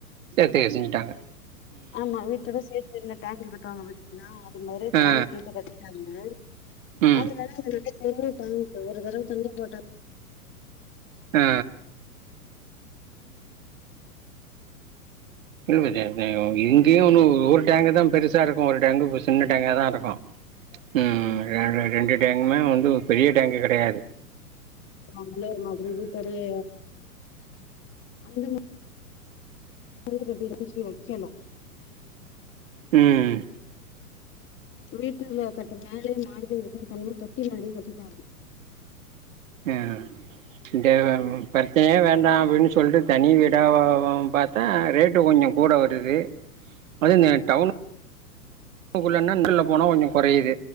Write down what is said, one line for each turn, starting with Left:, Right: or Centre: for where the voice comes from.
Right: சேத்து கட்டிட்டாங்க
Left: ஆமா வீட்டோட சேத்து இருந்த டேங்க் கட்டுவாங்க பாத்தீங்களா அது மாரி டேங்க்
Right: ஆ
Left: சேத்து கட்டிட்டாங்க
Right: ம்
Left: அதனால அத நல்ல பெரிய டேங்க்கு ஒரு தடவை தண்ணி போட்ட
Right: ஆ இல்வதே டேங்கு இங்கேயு ஒன்னு ஒரு டேங்கு தா பெருசா இருக்கு ஒரு டேங்கு சின்ன டேங்க தா இருக்கு ம் ரெ ரெண்டு டேங்குமே வந்து ஒரு பெரிய டேங்கு கிடையாது
Left: அவங்களே அந்த மாதிரி வீட்டோடைய அந்த மா மாரி கட்டிட்டு டேங்கே வெக்கல
Right: ம்
Left: வீட்டுல கட்டு மேலேயே மாடிலயு இருக்குன்னு தனியா தொட்டி மாரி கட்டிட்டாங்க
Right: ஆ இந்த பிரச்சனையே வேண்டா அப்டின்னு சொல்ட்டு தனி வீடாவ பாத்தா ரேட்டு கொஞ்சோ கூட வரு து அது இந்த டவுன் னுக்குள்ளனா <unintelligible> போனா கொஞ்ச கொறையுது